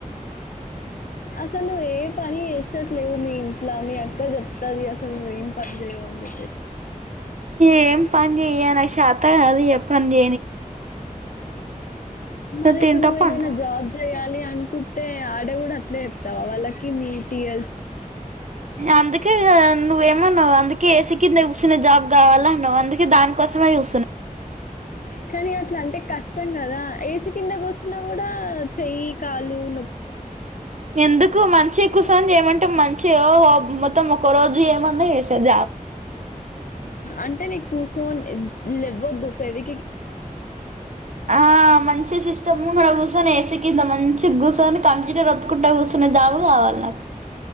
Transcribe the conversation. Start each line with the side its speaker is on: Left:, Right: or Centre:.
Left: అసలు నువ్వ ఏ పని చేసట్లేవు మీ ఇంట్లో మీ అక్క చెప్తది అసలు నువ్వు ఏం పని చేయవు అని చెప్పేసి
Right: ఏం పని చెయ శత కాదు ఇగ చేయనికి
Left: మళ్లీ
Right: ఇగ తింటా
Left: ఇప్పుడు నువ్వేదైనా
Right: పంట
Left: జాబ్ చేయ్యాలి ఆ కుట్టే ఆడగు అట్లే చెప్తావా వాళ్ళకి మీటిఎల్స్ కి గానీ
Right: అందుకే నువ్వేమోన్నావ్ అందుకే ఎసి కింద కుసునే జాబ్ కావాల అన్నావు అందుకే దానికోసమే చూస్ సున్నాడిన్
Left: కానీ అట్లా అంటే కష్టం కదా ఏసి కింద కూసున్న కూడా చెయ్యి కాలు నొప్పిలు లె వ్వకుండా
Right: ఎందుకు మంచి కూసోని చేయమంటే మంచి అయ్యో మొత్తం ఒక రోజు ఏమన్నా చేశా జాబ్
Left: అంటే నీకు కూసోని లేవ్వద్దు ఫెవికిక్ ఎట్టుకున్నట్టు కూసో
Right: ఆ మంచి సిస్టమ్ ముంగడ కుర్సోని ఎసి కింద మంచి మంచిగా గుసోని కంప్యూటర్ ఒత్తుకునే జాబ్ కావాలి నాకు